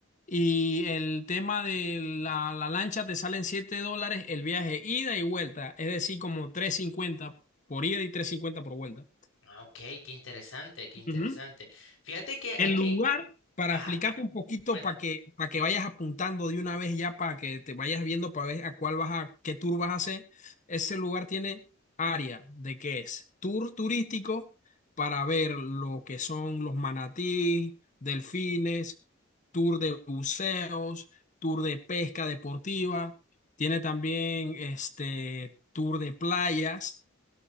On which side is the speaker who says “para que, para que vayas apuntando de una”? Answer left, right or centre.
Left